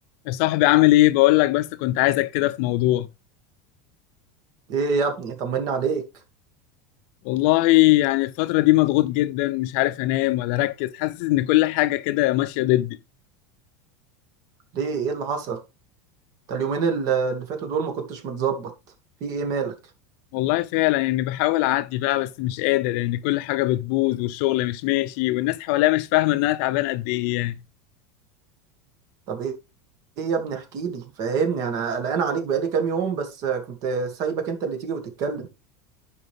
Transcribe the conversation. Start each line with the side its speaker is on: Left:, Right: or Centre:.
Left: يا صاحبي عامل ايه بقول لك بس كنت عايزك كده في موضوع
Right: ايه يا ابني طمني عليك
Left: والله يعني الفترة دي مضغوط جدا مش عارف انام ولا اركز حاسس ان كل حاجة كده ماشية ضدي
Right: ليه ايه اللي حصل ده اليومين ال- اللي فاتوا دول ما كنتش متظبط في ايه مالك
Left: والله فعلا يعني بحاول اعدي بقى بس مش قادر يعني كل حاجة بتبوظ والشغل مش ماشي والناس حواليا مش فاهمة ان انا تعبان قد ايه يعني
Right: طب ايه ايه يا ابني احكي لي فاهمني انا قلقان عليك بقالي كام يوم بس كنت سايبك انت اللي تيجي وتتكلم